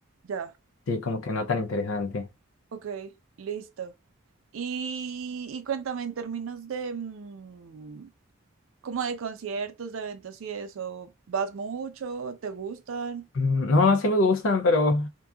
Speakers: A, on the right (about 75°); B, on the left (about 70°).
A: ya,
B: sí, como que no tan interesante.
A: ok, listo. Y, y cuéntame en términos de, mm, como de conciertos, de eventos y eso, ¿vas mucho? ¿Te gustan?
B: Mm, No, sí me gustan, pero